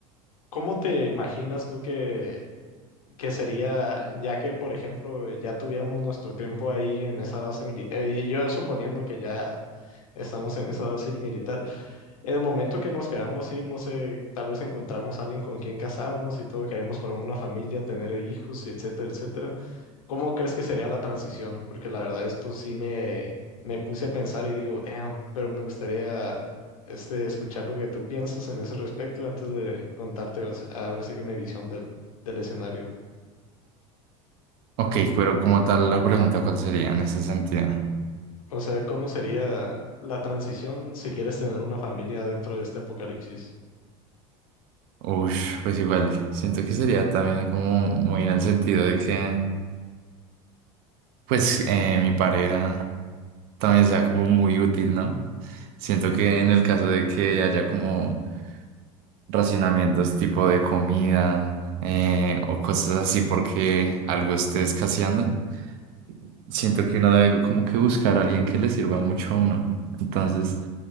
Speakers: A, on the left; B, on the right.
A: ¿cómo te imaginas tú que, que sería, ya que, por ejemplo, ya tuviéramos nuestro tiempo ahí en esa base militar, y yo suponiendo que ya estamos en esa base militar? En el momento que nos queramos ir, no sé, tal vez encontramos a alguien con quien casarnos y todo, queremos formar una familia, tener hijos y etcétera, etcétera. ¿Cómo crees que sería la transición? Porque la verdad esto sí me, me puse a pensar y digo, damn, pero me gustaría este, escuchar lo que tú piensas en ese respecto antes de contarte o sea, ahora sí que mi visión del, del escenario.
B: Ok, pero como tal la pregunta, ¿cuál sería en ese sentido?
A: O sea, ¿cómo sería la transición si quieres tener una familia dentro de este apocalipsis?
B: Ush, pues igual, siento que sería también como muy en el sentido de que, pues, eh, mi pareja también sea como muy útil, ¿no? Siento que en el caso de que haya como racionamientos tipo de comida eh, o cosas así porque algo esté escaseando. Siento que uno debe como que buscar a alguien que le sirva mucho a uno. Entonces,